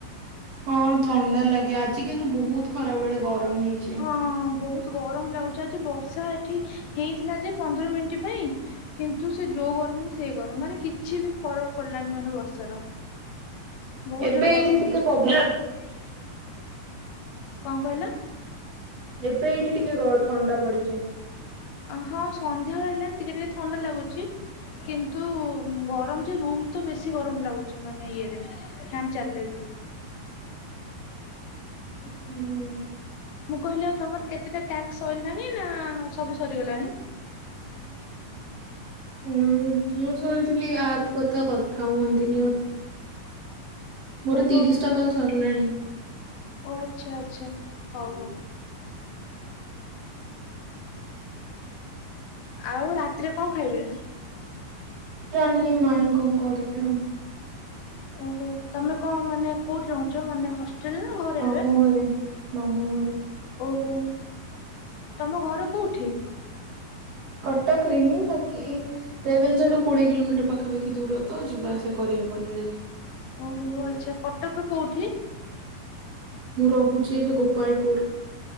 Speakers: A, on the right; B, on the left.
A: ହଁ ଥଣ୍ଡା ଲାଗେ ଆଜି କିନ୍ତୁ ବହୁତ ଖରା ବେଳେ ଗରମ ହେଇଛି।
B: ହଁ ବହୁତ। ଗରମ ଲାଗୁଛି ଆଜି ବର୍ଷା ଏଠି ହେଇଥିଲା ଯେ ପନ୍ଦର ମିନିଟ ପାଇଁ କିନ୍ତୁ ସେ ଯୋଉ ଇଏ ଗରମ କୁ ସିଏ ଗରମ ମାନେ କିଛି ବି ଫରକ ପଡିଲାନି ମାନେ ବର୍ଷାର। ବୋହୁତ
A: ଏବେ
B: ଜୋର ରେ
A: ଏଇଠି
B: ଗରମ
A: ଟିକେ
B: ହୋଉଚି
A: ପବନ
B: ଏଠି। କଣ କହିଲ?
A: ଏବେ ଏଇଠି ଟିକେ ଗ ଥଣ୍ଡା ପଡିଚି।
B: ହଁ ସନ୍ଧ୍ୟା ହେଲାଣି ଟିକିେ ଟିକେ ଥଣ୍ଡା ଲାଗୁଚି। କିନ୍ତୁ ଗରମ ଯେ ରୁମ ତ ବେଶୀ ଗରମ ଲାଗୁଚି ମାନେ ଇଏରେ ଫ୍ୟାନ ଚାଲିଲେ ବି। <inaudible>
A: ଉଁ ହୁଁ।
B: ମୁଁ କହିଲି ଆଉ ତମର କେତେଟା ଟାକ୍ସ ସ‌ଇଲାଣି ନା ସବୁ ସରିଗଲାଣି?
A: ହୁଁ ମୁଁ ଶୁଣିଥିଲି ଆପ କଥା କଥା ହୁଅନ୍ତିନି। ମୋର
B: ଓହୋ
A: ତିରିଶ
B: ଆଚ୍ଛା
A: ଟା କଲ ସରିଲାଣି।
B: ଓ ଆଚ୍ଛା ଆଚ୍ଛା ହୋଉ ହୋଉ। ଆଉ ରାତିରେ କଣ ଖାଇବେ?
A: ଜାଣିନି ମାଇଁ କଣ କରିବେ ଆଉ।
B: ଓହୋ ତମେ କଣ ମାନେ କୋଉଠି ରହୁଚ? ମାନେ ହ ଷ୍ଟେଲରେ ନା ଘରେ
A: ମାମୁଁ
B: ଏବେ?
A: ଘରେ ମାମୁଁ ଘରେ।
B: ଓହୋ। ତମ ଘର କୋଉଠି?
A: କଟକରେ ହିଁ ବାକି ରେଭେନ୍ସାଠୁ କୋଡିଏ କିଲୋମିଟର ପାଖାପାଖି ଦୂର ତ ଯିବା ଆସିବା କରିହବନି ଡେଲି।
B: ଓହୋ ଆଚ୍ଛା କଟକର କୋଉଠି?
A: ମୁଁ ରହୁଚି ଏବେ ଗୋପାଳପୁର।